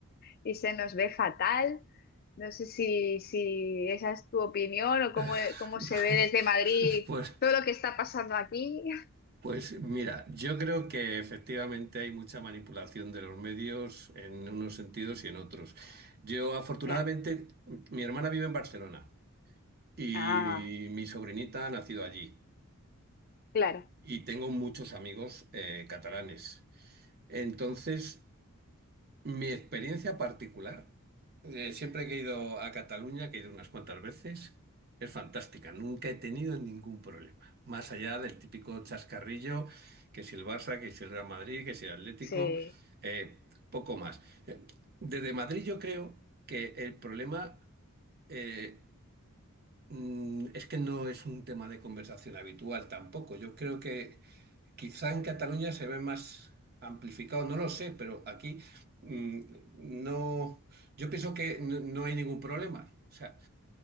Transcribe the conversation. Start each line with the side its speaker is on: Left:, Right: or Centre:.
Left: y se nos ve fatal. No sé si, si esa es tu opinión o cómo,
Right: <laughs>
Left: cómo se ve desde Madrid
Right: Pues,
Left: todo lo que está pasando aquí. <laughs>
Right: pues mira, yo creo que efectivamente hay mucha manipulación de los medios en unos sentidos y en otros. Yo afortunadamente,
Left: Ya.
Right: mi hermana vive en Barcelona y
Left: Ah,
Right: mi sobrinita ha nacido allí
Left: claro,
Right: y tengo muchos amigos eh, catalanes. Entonces, Mi experiencia particular, eh, siempre que he ido a Cataluña, que he ido unas cuantas veces, es fantástica. Nunca he tenido ningún problema. Más allá del típico chascarrillo, que si el Barça, que si el Real Madrid, que si el Atlético,
Left: sí,
Right: eh, poco más. Eh, Desde Madrid yo creo que el problema eh, mm, es que no es un tema de conversación habitual tampoco. Yo creo que Quizá en Cataluña se ve más amplificado, no lo sé, pero aquí mm, no, yo pienso que no, no hay ningún problema. O sea,